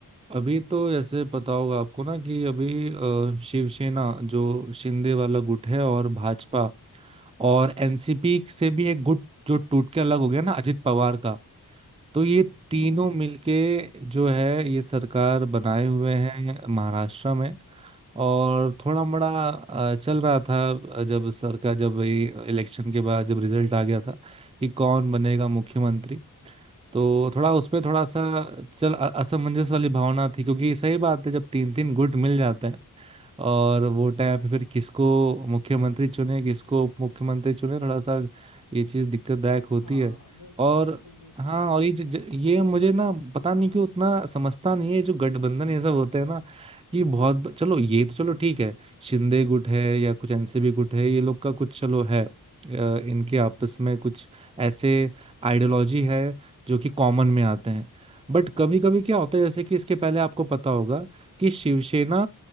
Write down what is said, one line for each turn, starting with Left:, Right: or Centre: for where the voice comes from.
Right: अभी तो जैसे पता होगा आपको ना कि अभी अ, शिवसेना जो शिंदे वाला गुट है और भाजपा और एनसीपी से भी एक गुट जो टूट के अलग हो गया ना अजित पवार का तो ये तीनों
Left: हम्म हम्म हम्म,
Right: मिलके
Left: हम्म।
Right: जो है ये सरकार बनाए हुए हैं महाराष्ट्र में और थोड़ा बड़ा अ, चल रहा था अ, जब सरकार जब ये इलेक्शन के बाद जब रिजल्ट आ गया था कि कौन बनेगा मुख्यमंत्री तो थोड़ा उसमें थोड़ा सा चल अ- असमंजस वाली भावना थी क्योंकि सही बात है जब तीन तीन गुट मिल जाते हैं और वो टाइम पे फिर किसको मुख्यमंत्री चुने किसको उप मुख्यमंत्री चुने थोड़ा सा ये चीज दिक्कतदायक होती
Left: हाँ
Right: है
Left: बिल्कुल
Right: और
Left: बिल्कुल बिल्कुल
Right: हाँ
Left: भाई
Right: और ये
Left: ये समस्या
Right: ज, ज, ये
Left: तो
Right: मुझे ना पता
Left: हाँ
Right: नहीं
Left: हाँ
Right: क्यों उतना समझता नहीं है जो गठबंधन ये सब होते हैं ना कि बहुत ब- चलो ये तो चलो ठीक है शिंदे गुट है या कुछ एनसीपी गुट है ये लोग का कुछ चलो है अ, इनके आपस में कुछ ऐसे आइडियोलॉजी है जो कि कॉमन में आते हैं बट कभी कभी क्या होता है जैसे कि इसके पहले आपको पता होगा कि शिवसेना